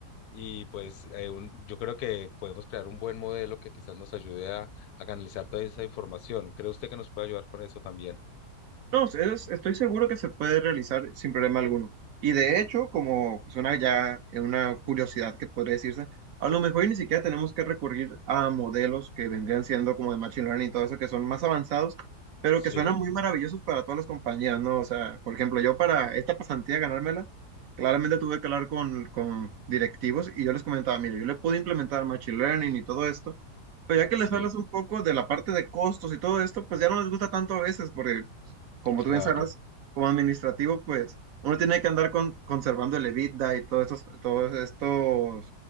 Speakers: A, on the left; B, on the right.
A: y pues eh, un- yo creo que podemos crear un buen modelo que quizás nos ayude a, a canalizar toda esa información. ¿Cree usted que nos puede ayudar con eso también?
B: No, eso es- estoy seguro que se puede realizar sin problema alguno. Y de hecho, como es una ya una curiosidad que podría decirse, a lo mejor y ni siquiera tenemos que recurrir a modelos que vendrían siendo como de machine learning y todo eso, que son más avanzados, pero
A: Sí,
B: que suenan muy maravillosos para todas las compañías, ¿no? O sea, por ejemplo, yo para esta pasantía ganármela, claramente tuve que hablar con, con directivos y yo les comentaba, mire, yo le puedo implementar machine learning y todo esto. Pero ya que
A: sí,
B: les hablas un poco de la parte de costos y todo esto, pues ya no les gusta tanto a veces, porque como
A: claro,
B: tú bien sabrás, como administrativo, pues uno tiene que andar con, conservando el EBITDA y todos estos, todos estos